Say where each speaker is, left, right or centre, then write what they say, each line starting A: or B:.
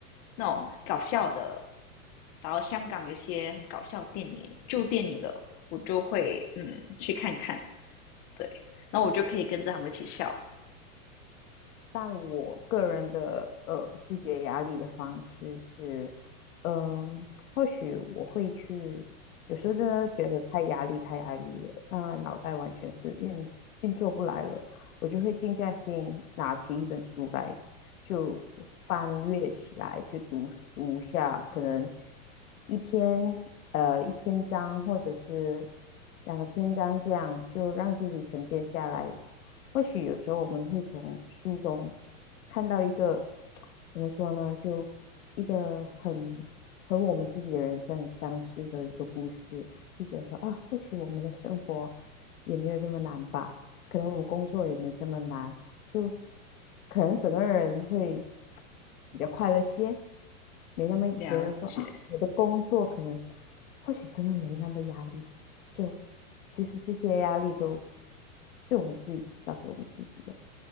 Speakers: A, on the left; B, on the left.
A: 那种搞笑的。
B: 嗯。
A: 然后香港有些很搞笑的电影、旧电影的，我就会嗯去看看。对，那我就可以跟着他们一起笑。
B: 但我个人的呃疏解压力的方式是，嗯，或许我会去，有时候真的觉得太压力太压力了，那脑袋完全是运运作不来了，我就会静下心拿起一本书来，就翻阅起来，就读读下可能一篇呃一篇章或者是两个篇章这样，就让自己沉淀下来，或许有时候我们会从书中看到一个怎么说呢，就一个很和我们自己的人生很相似的一个故事，就觉得说啊，或许我们的生活也没有这么难吧，可能我们工作也没这么难，就可能整个人会比较快乐些，没那么觉得说啊，
A: 了解，
B: 我的工作可能或许真的没那么压力，就其实这些压力都是我们自己制造给我们自己的。